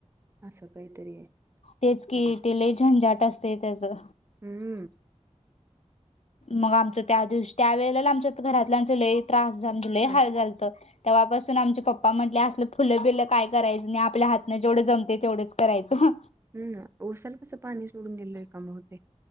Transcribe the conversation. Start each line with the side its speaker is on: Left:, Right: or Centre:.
Right: असं काहीतरी आहे.
Left: तेच कि.
Right: त्याला
Left: ते लई छान झंझाट असतय त्याचं.
Right: हम्म.
Left: मग आमचं त्या दिवशी, त्या वेळेला आमच्या घरातल्याचं लय त्रास आमच लय
Right: ह
Left: हाल झालतं. तेव्हापासून आमचे पप्पा म्हटले असलं फुलं बिलं काय करायचं नाही. आपल्या हातनं जेवढे जमतय तेवढेच करायचं.
Right: हम, उसाला कसं पाणी सोडून दिलंय काम होतय